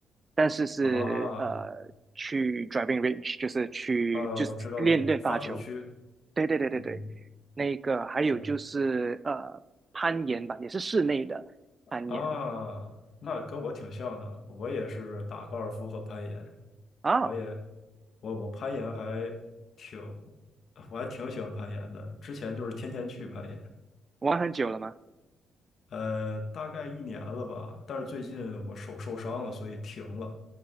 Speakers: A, on the right; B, on the left.
A: 但是是呃去
B: 啊
A: driving range，就是去就是练练发球。
B: 啊，我知道那个就发球区，
A: 对对对对对，
B: 嗯，
A: 那个还有就是呃攀岩吧，
B: 对
A: 也是室内的攀岩
B: 啊，那跟我挺像的，我也是打高尔夫和攀岩。
A: 啊，
B: 我也我我攀岩还挺，我还挺喜欢攀岩的。之前就是天天去攀岩，
A: 玩很久了吗？
B: 呃，大概一年了吧。但是最近我手受伤了，所以停了，